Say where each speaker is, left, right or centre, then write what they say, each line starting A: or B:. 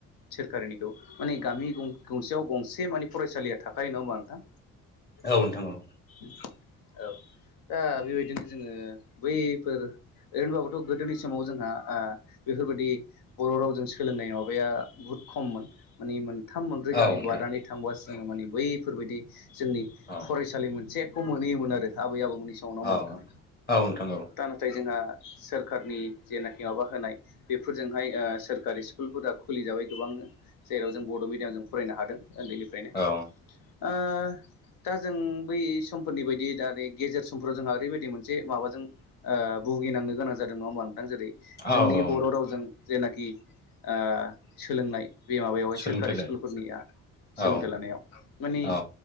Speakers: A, on the left; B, on the left.
A: सोरखारिनिखौ माने गामि गंसेयाव गंसे माने फरायसालिया थाखायो नङा होमबा नोंथां।
B: औ नोंथां औ।
A: औ दा बेबायदिनो जोङो बैफोर ओरैनोबाबोथ' गोदोनि समाव जोंहा ओ बेफोरबायदि बर' रावजों सोलोंनाय माबाया बुहुत खममोन माने मोनथाम मोनब्रै
B: औ
A: गामि
B: नोंथां
A: बारनानै थांबब्लासो जोंङो माने बैफोरबायदि जोंनि
B: औ
A: फरायसालि मोनसेखौ मोनहैयोमोन आरो आबै आबौमोननि समाव नंङा होमबा
B: औ
A: नोंथां।
B: औ नोंथां औ
A: दा नाथाय जोंहा सोरखारनि जेनाखि माबा होनाय बेफोरजोंहाय ओ सोरखारि स्कुलफोरा खुलिजाबाय गोबांनो जेराव जों बड' मिडियाम जों फरायनो हादों। उन्दैनिफ्रायनो
B: औ
A: ओ दा जों बै समफोरनि बायदि दा नै गेजेर समफ्राव जोंहा ओरैबायदि मोनसे माबाजों ओ भुगिनांनो गोनां जादों नङा होमबा नोंथां जेरै जोंनि
B: औ औ
A: बर' रावजों जेनाखि ओ सोलोंनाय बे माबायावहाय
B: सोलोंथाइलाय
A: सोरखारि स्कुलफोरनिया सोलोंथाइ
B: औ
A: लानायाव माने
B: औ